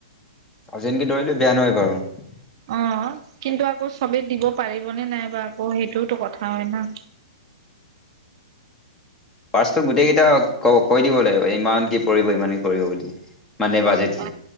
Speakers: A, on the left; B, on the right.
A: অজিনকে দৌৰিলে বেয়া নহয় বাৰু
B: অ কিন্তু আকৌ চবেই দিব পাৰিবনেে নাই বা আকৌ সেইটোওতো কথা হয় ন
A: পাৰ্চত গোটেই কেইটা ক কৈ দিব লাগিব ইমান কি পৰিব ইমান কি পৰিব বুলি মানে বাজেট
B: অ